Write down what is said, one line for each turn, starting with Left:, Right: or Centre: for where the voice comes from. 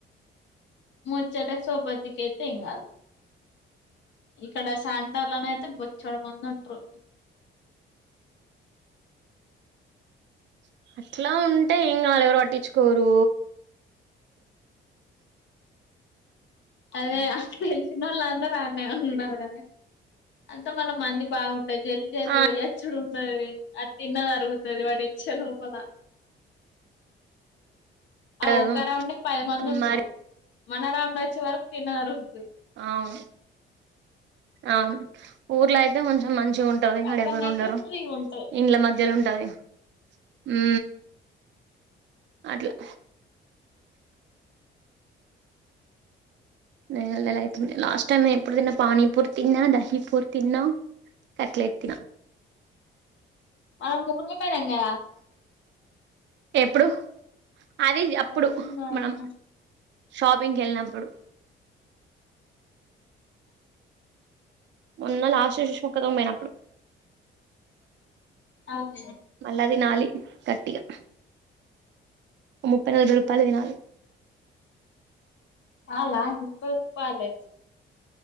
Left: ముచ్చట సో బతికేత్తే ఏం గాద్ ఇక్కడ సంటర్ల నైతే బొచ్చాడు మనది ఉంట్రూ
Right: అట్లా ఉంటే ఏం కాదులే ఎవరు పట్టించుకోరూ
Left: అదే చిన్నోందరు అన్నే ఉన్నారు కాదే అంత మళ్ళా మంది బాగున్ అటికి యెల్లి <unintelligible>
Right: ఆ
Left: మరి అది తిన్నది అరుగుతది వాడి వచ్చే లోపలా. ఆ
Right: అడగదు
Left: ఒక్క రౌండ్కి పది మంది ఉంట్రూ
Right: మరి
Left: మన రౌండ్ వచ్చే వరకు తిన్నది అరుగుతది.
Right: అవును అవును ఊర్లోయితే అయితే కొంచెం మంచిగా ఉంటది వాడెవరు
Left: అక్కడనైతే
Right: ఉండరు
Left: ఫ్రీ ఉంటాయి
Right: ఇండ్ల మధ్యలో ఉంటది. ఉ అట్లా నె నెలా అవుతుంది లాస్ట్ టైమ్ నే ఎప్పుడు తిన్నా పానీపూరి తిన్నా దహీ పూర్ తిన్నా. కట్ లెట్ తిన్న
Left: ఆమ్ ముగ్గురు పోయిందుము కదా
Right: ఎప్పుడు అదే
Left: కదా
Right: అప్పుడు మనం షాపింగ్కి వెళ్ళినప్పుడు ఉన్నా లాస్ సెస్ ఒక్కదొమ్ పోయినప్పుడు
Left: అవుషా
Right: మళ్ళా తినాలి గట్టిగా ముప్పై నాలబై రూపాలవి తినాలి
Left: వాళ్ళ ముప్పై రూపాల్లే